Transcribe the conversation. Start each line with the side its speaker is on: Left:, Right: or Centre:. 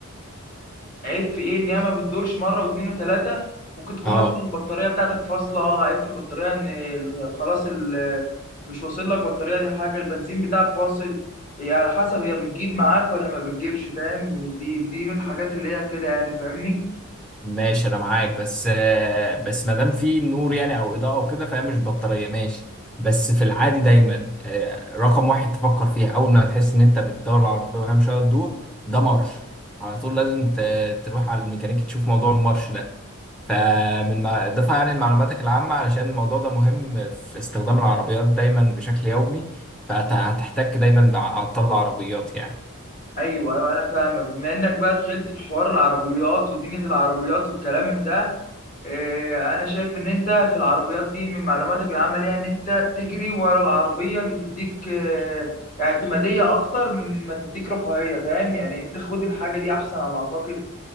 Left: عيب في ايه ان هي ما بتدورش مره واثنين وثلاثه ممكن تكون
Centre: اه
Left: مثلا البطاريه بتاعتك فاصله عيب في البطاريه ان ال- خلاص ال- مش واصل لك بطاريه دي حاجه البنزين بتاعك فاصل هي على حسب هي بتجيب معاك ولا ما بتجيبش فاهم دي دي من الحاجات اللي هي كده يعني فاهمني
Centre: ماشي انا معاك بس آه، بس ما دام في نور يعني او اضاءه وكده فهي مش بطاريه ماشي بس في العادي دايما آه، رقم واحد تفكر فيها اول ما تحس ان انت بتدور العربيه وهي مش قادره تدور ده مرش على طول لازم ت- تروح على الميكانيكي تشوف موضوع المرش ده فمن ما اضافه يعني لمعلوماتك العامه علشان الموضوع ده مهم في استخدام العربيات دايما بشكل يومي فهتحتك دايما بعطال العربيات يعني
Left: ايوه ايوه انا فاهمك بما انك بقى دخلت في حوار العربيات ودنيا العربيات والكلام من ده إيه، انا شايف ان انت في العربيات دي من معلوماتك العامه ليها ان انت تجري ورا العربيه اللي تديك آه، اعتماديه اكتر من ما تديك رفاهيه فاهم يعني انت خد الحاجه دي احسن على ما اعتقد